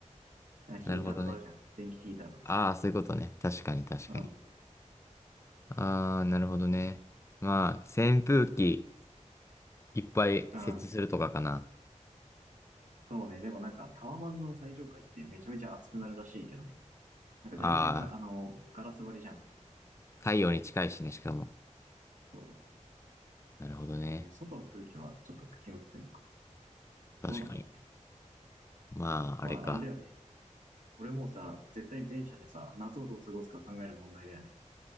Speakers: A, on the right (about 80°); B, on the left (about 20°).
A: ら。あヒーターとかあるじゃん。
B: なるほどね。
A: 電気ヒーターとかさ。
B: ああ、そういうことね。確かに、確かに。
A: うん。
B: ああ、なるほどね。まあ、扇風機。いっぱい設置するとかかな。
A: うん。そうね。でもなんかタワマンの最上階ってめちゃめちゃ暑くなるらしいけどね。なんか大体か、
B: ああ、
A: あの、ガラス張りじゃん。
B: 太陽に近いしね、しかも。
A: そ
B: なるほどね。
A: う。でも外の空気はちょっと気温低いのか。
B: 確かに。
A: どうなんだろうね。
B: まあ、
A: まあ、
B: あれか。
A: あれだよね。俺もさ、絶対前者でさ、夏をどう過ごすか考える問題だよね。